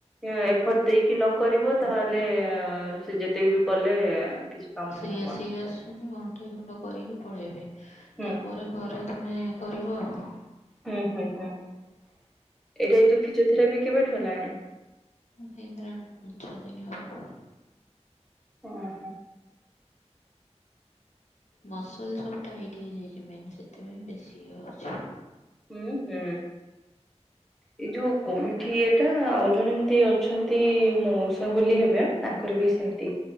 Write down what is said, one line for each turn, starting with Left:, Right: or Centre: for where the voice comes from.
Centre: ଏଫର୍ଟ ଦେଇକି ନ କରିବ ତାହେଲେ ସେ ଯେତକି ବି କଲେ କିଛି କାମ
Left: ସେଇ
Centre: ହବନି।
Left: ଆସିକି ଆସୁଛନ୍ତି ଘଣ୍ଟେଇ ଘଣ୍ଟ କରିକି ପଳେଇବେ
Centre: ହୁଁ
Left: ତାପରେ ଘରେ ତୁମେ କରିବ ଆଉ।
Centre: ହୁଁ ହୁଁ ହୁଁ ଏଇଟା ଏ ଯଉ ଫିଜିଓ ଥେରାପି କେବେଠୁ ହେଲାଣି?
Left: ଭଇଗଲାଣି ପାଞ୍ଚ ଦିନ ହବ।
Centre: ଓହୋ।
Left: ମସଲ ସବୁ ଟାଇଟ ହେଇଯାଇଛି ମେନ ସେଥିପାଇଁ ବେଶୀ ଇଏ ହଉଛି।
Centre: ହୁଁ ହୁଁ। ଏଇ ଯୋଉ ଗଇଠି ଇଏଟା ଆଉ ଜଣେ ଏମତି ଅଛନ୍ତି ମଉସା ବୋଲି ହେବେ। ତାଙ୍କର ବି ସେମିତି